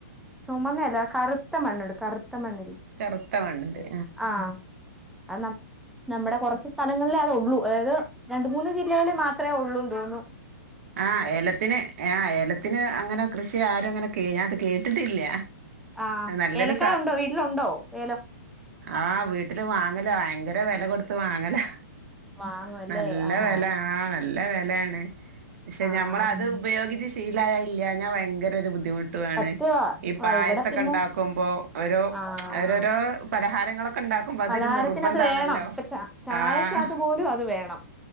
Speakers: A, in the centre; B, on the right (about 55°).
A: ചുമന്നല്ല കറുത്ത മണ്ണുണ്ട് കറുത്ത മണ്ണില്
B: കറുത്ത മണ്ണില്
A: ആഹ് അത് നമ്മുടെ കുറച്ച് സ്ഥലങ്ങ ലെ അതെള്ളൂ അതായത് രണ്ട് മൂന്ന് ജില്ലകളിൽ മാത്രമേ ഉള്ളൂന്ന് തോന്നൂ
B: ആഹ് ഏലത്തിന് ആഹ് ഏലത്തിന് അങ്ങനെ കൃഷി ആരും അങ്ങനെ ഞാനത് കേട്ടിട്ടില്ല.
A: ആഹ്
B: നല്ലൊരു
A: ഏലക്കായ ഉണ്ടോ വീട്ടിലുണ്ടോ ഏലം.
B: ആ വീട്ടില് വാങ്ങല ഭയങ്കര വില കൊടുത്ത് വാങ്ങല.
A: വാങ്ങുവല്ലേ
B: നല്ല
A: ആഹ്
B: വെല ആഹ് നല്ല വെലയാണ്. പക്ഷെ
A: ആഹ്
B: നമ്മളത് ഉപയോഗിച്ച് ശീലായ ഇല്ലഞ്ഞാ ഭയങ്കര ഒരു ബുദ്ധിമുട്ട് ട്ടുവാണ്
A: സത്യവാ
B: ഈ പായസൊക്കെ
A: ആ ഇവിടെ പിന്നെ
B: ഉണ്ടാക്കുമ്പോ ഓരോ
A: ആഹ്
B: ഓരോരോ പലഹാരങ്ങളൊക്കെ ഇണ്ടാക്കുമ്പോ അതൊരു
A: പലഹാരത്തിന്
B: നിർബന്ധാണല്ലോ
A: അത് വേണം ഇപ്പൊ ച ചായക്കകത്ത്
B: ആഹ്
A: പോലും അത് വേണം